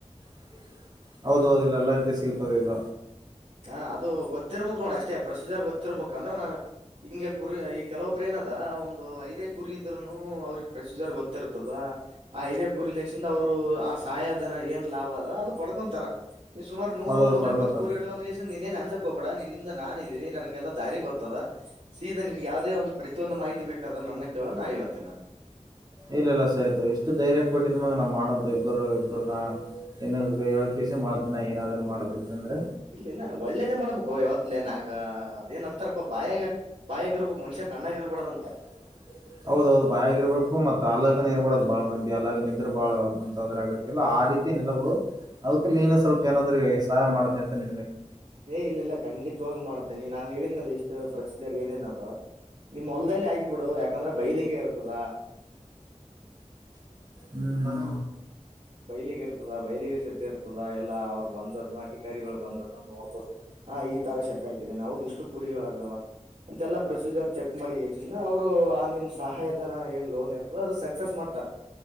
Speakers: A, on the right (about 35°); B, on the right (about 55°).
A: ಹ ಹೌದ ಹೌದಲ್ಲ ಎಲ್ಲ ರೀತಿ ಸಿಗತ ಇಲ್ಲ
B: ಹಾ ಅದು ಗೊತ್ತಿರ್ಬೇಕಕ್ ನೋಡ ಅಷ್ಟೇ ಪ್ರೊಸೀಜರ್ ಗೊತ್ತಿರ್ಬೇಕು ಅಂದ್ರೆ ನಾನನ್ ಹಿಂಗ ಕುರಿ ಈ ಕೆಲವೊಬ್ರು ಏನದ ಒಂದು ಐದೇ ಕುರಿ ಇದರುನು ಅವ್ರಿಗೆ ಪ್ರೊಸೀಜರ್ ಗೊತ್ತಿರ್ತದ ಆ ಐದೇ ಕುರಿ ಲಿಂದ ಅವ್ರು ಆ ಸಹಾಯದನ ಏನ್ ಲಾಭ ಅದ ಅದು ಪಡ್ಕೊಂತಾರ ಈ ಸುಮಾರು ನೂರು
A: ಹೌದೌದು
B: ನೂರ
A: ಪಡ್ಕೋತಾರ
B: ಇಪ್ಪತ್ತು ಕರಿ ನೀನ್ನೇನ್ ಅನ್ಸಕ್ ಹ್ಬೇಡ ನಿನ್ನಿಂದ ನಾನ ಇದೀನಿ ನನ್ಗೆಲ್ಲ ದಾರಿಗೆ ಗೊತ್ತದ ಸೀ ನಿನ್ ಯಾವವುದೇ ಒಂದು ಪ್ರತಿಯೊಂದು ಮಾಹಿತಿ ಬೇಕಾದ ನನ್ನ ಕೇಳೋ ನಾ ಹೇಳಳತ್ತೇನೆ ನಾನು
A: ಇಲ್ಲ ಇಲ್ಲ ಸರಿತ ಇಷ್ಟು ಧೈರ್ಯ ಕೊಟ್ಟಿದ ಮಾಗ ನಾವ್ ಮಾಡಂತ ಇಬ್ಬರು ಇಬ್ಬರು ನ ಏ ಮಾಡತಿನಾ ಏನಾದ್ರು ಮಾಡದ ಅಂದ್ರೆ
B: ಇಲ್ಲ ಇಲ್ಲ ಒಳ್ಳೇದೇ ಮಾಡ್ಬೇಕು ಯಾವತ್ಲೆ ನಾಗ ಅದೇನಂತರಪ್ಪ ಬಾಯಾಗ ಬಾಯಗ ಇರ್ಬೇಕಕ್ ಮನುಷ್ಯ ಕ್ಣಾಗಿ ಇರ್ಬಡದಂತ
A: <unintelligible> ಹೌದೌದು ಬಾಗ ಇರ್ಬೇಕು ಮತ್ ಅಲ್ಲಗನ್ ಇರ್ಬಡದು ಬಾಳ ಮಂದಿ ಅಲ್ಲಗನ ಇದ್ರೆ ಬಾಳಂದ ತೊಂದರೆ ಆಗತ್ತಿಲ್ಲ ಆ ರೀತಿ ನೆ ಬಿಡು ಅದಕ್ಕೆಲ್ಲಿ ನೀನು ಸ್ವಲ್ಪ ಏನಾದ್ೂ ಸಹಾಯ ಮಾಡುತ್ತತೆ ಅಂತನ್
B: ಇಲ್ಲ ಇಲ್ಲ ಖಂಡಿತವವಾಗಿ ಮಾಡ್ತೇನೆಿ ನಾನ್ ಹಿನಲ್ಲ ಇಷ್ಟ ಪ್ರಸರ್ ಏನೇನವ ನಿಮ್ಮ ಹೊಲದೇ ಹಾಕಿ ಬಿಡು ಯಾ ಯಾಕಂದ್ರೆ ಬೈಲಿಗೆ ಇರ್ತದಾ
A: ಹ್ಮ್ ಬರ
B: ಬೈಲಿಗೆ ಇರ್ತದ ಬೈಲಿಗೆ ಶದ್ದೆ ಇರ್ತದೆ ಎಲ್ಲ ಅವ್ರು ಬಂದರುನು ಅಧಿಕಾರಿಗಳು ಬಂದರು ನೋಡ್ತದ ಹ ಈ ತರ ಶೆಡ್ ಹಾಕಿದ್ದೇನೆ ಹೌದು ಇಷ್ಟು ಕುರಿ ಚಳದಾವ <unintelligible> ಅಂತೆಲ್ಲಾ ಪ್ರೊಸೀಜರ್ ಚೆಕ್ ಮಾಡಿಗ ಅವ್ರು ಆ ನಿಮ್ ಸಹಾಯದನ ಏನ್ ಲೋನ್ ಇರ್ತದ ಅದು ಸಕ್ಸಸ್ ಮಾಡ್ ಹಂತಾರೆ